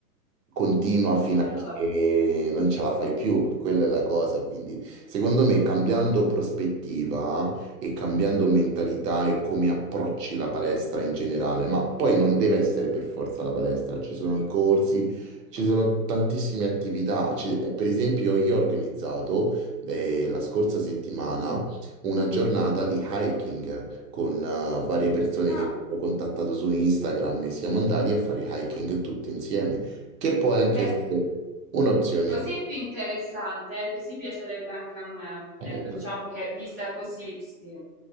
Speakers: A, on the right (about 75°); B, in the centre.
A: Continua fino
B: Quello
A: a che
B: è...
A: non ce la fai più, quella è la cosa, quindi secondo me cambiando prospettiva e cambiando mentalità e come approcci la palestra in generale, ma poi non deve essere per forza la palestra, ci sono i corsi, ci sono tantissime attività, Ci- per esempio io ho organizzato eh, la scorsa settimana
B: Mm.
A: una giornata di hiking con eh, varie persone
B: Ah.
A: che mi hanno contattato su Instagram e siamo andati a fare hiking tutti insieme, che può anche
B: Beh,
A: essere un'opzione.
B: Così è più interessante, eh, Così piacerebbe anche a me.
A: Eh,
B: Ecco, diciamo che vista così, sì,